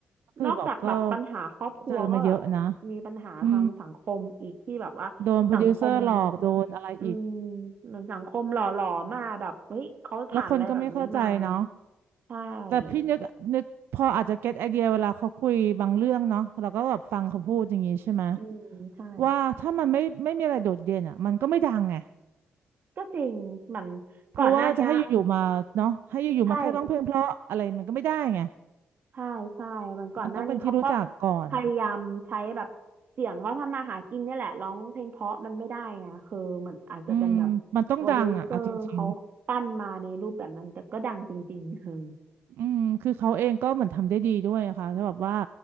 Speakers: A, on the right; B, on the right.
A: คือแบบก็
B: นอกจากแบบปัญหาครอบครัวก็แบบ
A: เจอมาเยอะนะ
B: มีปัญหาทางสังคมอีกที่แบบว่าสังคม
A: อืมโดนโปรดิวเซอร์หลอกโดนอะไรอีก
B: อืมเหมือนสังคมหล่อหลอมาแบบเฮ้ยเขาผ่านอะไรแบบนี้มา
A: แล้วคนก็ไม่เข้าใจเนาะ
B: ใช่
A: แต่พี่นึกนึกพออาจจะเก็ตไอเดียเวลาเขาคุยบางเรื่องเนาะเราก็แบบฟังเขาพูดอย่างนี้ใช่ไหม
B: อืมใช่
A: ว่าถ้ามันไม่ไม่มีอะไรโดดเด่นอ่ะมันก็ไม่ดังไง
B: ก็จริงเหมือนก่อนหน้าเนี้ย
A: เพราะว่าจะให้อยู่ๆมาเนาะให้อยู่ๆมาแค่ร้องเพลงเพราะอะไรมันก็ไม่ได้ไง
B: ใช่ ใช่ใช่เหมือนก่อนหน้านี้เขาก็
A: มันต้องเป็นที่รู้จักก่อน
B: พยายามใช้แบบเสียงเขาทำมาหากินเนี่ยแหละร้องเพลงเพราะมันไม่ได้ไงคือเหมือนอาจจะเป็นแบบโปรดิวเซอร์เขาปั้นมาในรูปแบบนั้นแต่ก็ดังจริงๆคือ
A: อืมมันต้องดังอ่ะเอาจริงๆอืมคือเขาเองก็เหมือนทำได้ดีด้วยอะค่ะถ้าแบบว่า